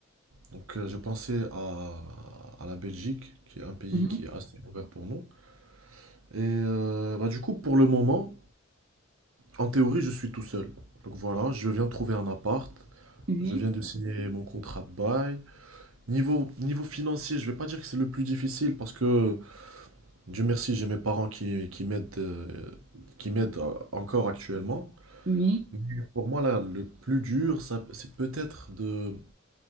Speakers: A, on the right; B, on the right.
A: Donc, euh, j'ai pensé à, à la Belgique, qui est un pays
B: Mhm.
A: qui est assez ouvert pour nous. Et euh, bah, du coup, pour le moment, En théorie, je suis tout seul. Donc voilà, je viens de trouver un appart.
B: Oui,
A: Je viens de signer mon contrat de bail. Niveau, niveau financier, je vais pas dire que c'est le plus difficile parce que, Dieu merci, j'ai mes parents qui, qui m'aident euh, qui m'aident euh, encore actuellement.
B: oui,
A: Mais pour moi, là, le plus dur, ça- c'est peut-être de,